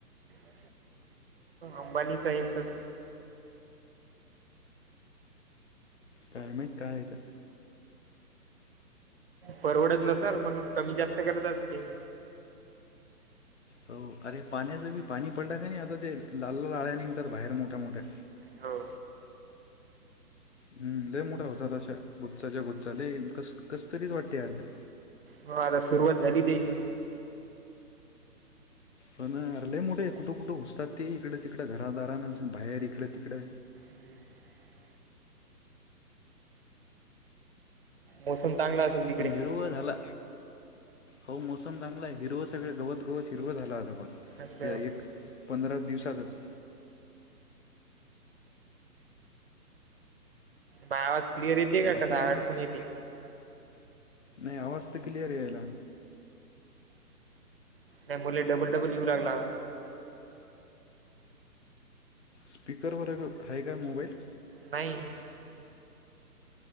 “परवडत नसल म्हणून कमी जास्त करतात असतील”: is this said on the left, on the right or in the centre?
Right